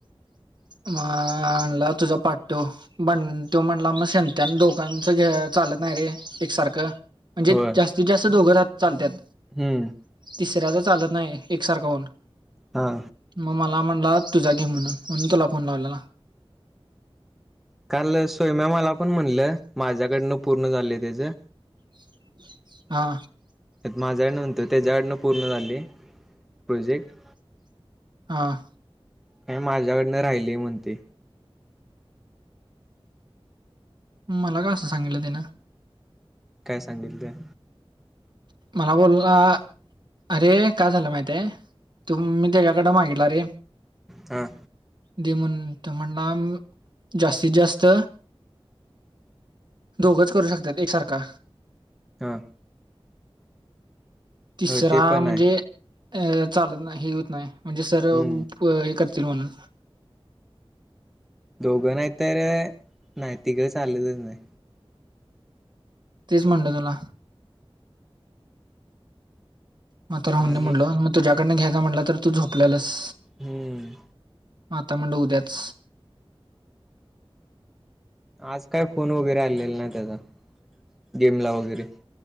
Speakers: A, on the right; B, in the centre.
A: म आणला तुझा पाठ्टो. बण तो म्हणला मग संत्यान दोघांच घ चालत नाही रे एकसारखं म्हणजे
B: होय
A: जास्तीत जास्त दोघं ह चालत्यात
B: हम्म.
A: तिसऱ्याच चालत नाही एकसारखा होन
B: हा.
A: मग मला म्हणला तुझा घे म्हणून म्हणून तुला फोन लावलेला
B: काल सोम्या मला पण म्हणलं माझ्याकडनं पूर्ण झाले त्याचे
A: ह हा.
B: त्यात माझ्याकड न्हवते त्याच्याडन पूर्ण झालेले प्रोजेक्ट.
A: हां.
B: काय माझ्याकडनं राहिली म्हणतय.
A: मला का असं सांगितलं तेन?
B: काय सांगितलंय?
A: मला बोल ना अरे काय झालं माहितीये तुम मी त्याच्याकडे मागितला रे
B: हा.
A: दे म्हणून ते म्हनला जास्तीत जास्त दोघच करू शकतात एकसारखा
B: हा
A: तिसरा
B: हो ते पण
A: म्हणजे
B: आहे
A: अ चालत नाही हे होत नाही म्हणजे सर
B: हम्म
A: हे करतन म्हणून
B: दोघं नाही तरर नाही तिक चाललेलंच नाही
A: तेच म्हणलं तुला मात राहूने
B: आणि
A: म्हटल मग तु्याकडडे घ्यायचा म्हटलं तर तू झोपल्यालास
B: हम्म
A: माता म्हंड उद्याच
B: आज काय फोन वगैरे आलेला नाही त्याचा गेमला वगैरे